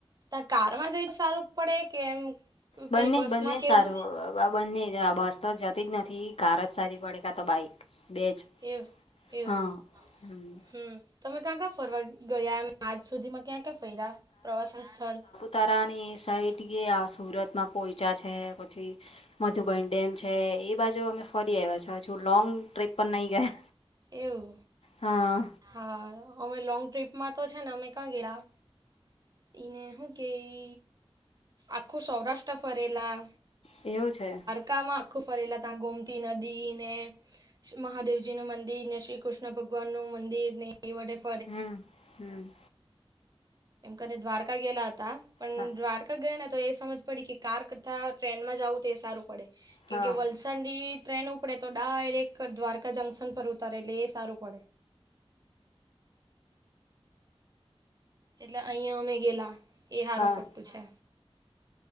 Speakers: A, on the right; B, on the left.
A: તા કારમાં જઈ સારું પડે કે એમ
B: બંને
A: કઈ બસમાં
B: જ બંને જ
A: કેવું
B: સારું બંને બસ તો જતી જ નથી કાર જ સારી પડે તો બાઈક બેજ
A: એવું એવું
B: હા હમ
A: હમ તમે ક્યાં ક્યાં ફરવા ગયા એમ આજ સુધીમાં ક્યાં ક્યાં ફેર્યા પ્રવાસન સ્થળ?
B: તરાની સાઈઠ ગીયા સુરતમાં પોયચા છે પછી મધુબન ડેમ છે. એ બાજુ અમે ફરી આયવા છે અજુ લોંગ ટ્રીપ પર નહી ગયા.
A: એવુ
B: હા
A: હા અમે લોંગ ટ્રીપમાં તો છે ને અમે કા ગેલા ઈને હુ કેઈ આખું સૌરાષ્ટ્ર ફરેલા.
B: એવું છે.
A: કામાં આખું ફરેલા ત્યાં ગોમતી નદી ને મહાદેવજી નું મંદ દિર ને શી કુષ્ણ ભગવાન નું મંદિર ને એ વડે ફ
B: હમ હમ
A: એમ કને દ્વારકા ગેલા હતા પણ
B: હા
A: દ્વાર કા ગયા ને તો એ સમજ પડી કે કાર કરતા ટ્રેન માં જાવું તે સારું પડે, કેમ
B: હા
A: કે વલ ઠંડી ટ્રેન ઉપડે તો ડાયરેક્ટ દ્વારકા જંક્શન પર ઉતારે એટલે એ સારું પડે. એટલે અઈંયા અમે ગેલા એ હારું
B: હા
A: પટુ છે.